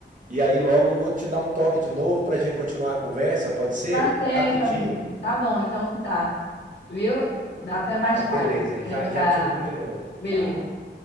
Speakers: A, on the right; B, on the left.
A: E aí logo eu vou te dar um toque de novo pra gente continuar a conversa, pode ser?
B: Tá certo,
A: Rapidinho.
B: amigo. Tá bom, então tá. Viu? Até mais
A: Então
B: tarde.
A: beleza,
B: Tchau,
A: já,
B: tchau.
A: já te ligo de novo. Tchau.
B: Beleza.